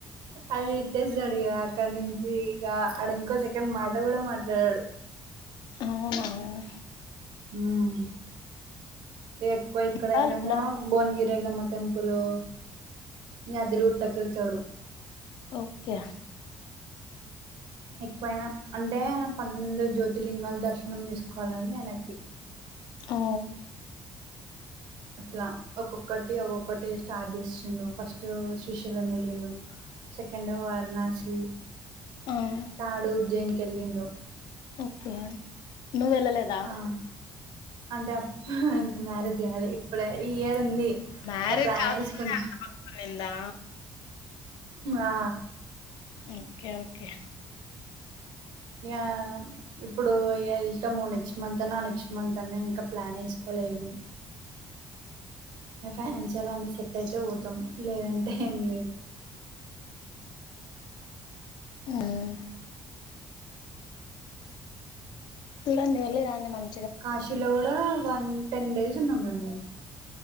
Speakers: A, on the right; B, on the left.
A: ఆడ తిట్టేస్తడిగ ఇగా అక్కడ్నుంచి ఇగా ఆడ ఇంకో సెకన్ మాట కూడ మాట్లాడడు
B: అవునా
A: మ్ ఎక్కువ ఇక్కడేనేమో
B: చాలు
A: బోన్గిరి ఎలమ్మ టెంపులూ, యాదిరిగుట్టకు ఎళ్తడు
B: ఓకే
A: ఎక్కువాయన అంటే ఆయన పన్నెండు జ్యోతిర్లింగాలు దర్శనం చేసుకోవాలని ఆయనకి
B: ఓ
A: అట్లా ఒక్కొక్కటి ఒక్కొక్కటి స్టార్ట్ జేసిండు ఫస్ట్ శ్రీశైలం ఎల్లిండు సెకండెమో వారణాషి
B: అవున
A: తార్డ్ ఉజ్జయిని కెళ్ళిండు
B: ఓకే నువ్ వెళ్ళలేద్
A: ఆ అంటే అప్ ఇంక మ్యారేజ్ గాలె ఇప్పుడయి ఈ ఇయర్ ఉంది
B: మరేజ్
A: ఇగ ప్లాన్
B: కాకముందే
A: ఏసుకుంట్
B: అంత భక్తుడైండా
A: ఆ
B: ఓకే ఓకే
A: ఇయా ఇప్పుడు ఎళ్తాము నెక్స్ట్ మంత్ అన్నా, ఆ నెక్స్ట్ మంత్ అన్నా ఇంక ప్లాన్ ఏసుకోలే ఏమి ఫైనాన్షియల్ అన్ని సెట్ అయితే పోతం లేదంటే ఏం లేదు
B: ఉమ్ హ్ చూడండి వెళ్ళి రాండి మరి
A: కాశీలో గూడా వన్ టెన్ డేస్ ఉన్నము మేము,